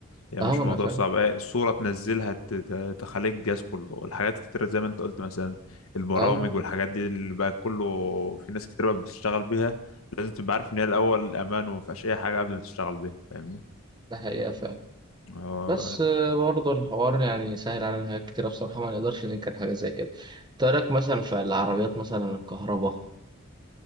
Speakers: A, on the left (about 70°); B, on the right (about 20°).
A: يعني
B: اه
A: مش
B: انا
A: موضوع
B: فاهم
A: صعب ايه الصورة تنزلها ت- ت- تخليك الجهاز كله الحاجات كتيرة زي ما انت قلت مثلا البرامج
B: اه
A: والحاجات دي اللي بقى كله في ناس كتير بقى بتشتغل بيها لازم تبقى عارف ان هي الاول امان وما فيهاش اي حاجة قبل ما تشتغل بيها فاهمني
B: ده حقيقه فاهم
A: هو
B: بس آه، برضو الحوار يعني سهل علينا حاجات كتيرة بصراحة ما نقدرش ننكر حاجة زي كده ترك مثلا في العربيات مثلا الكهرباء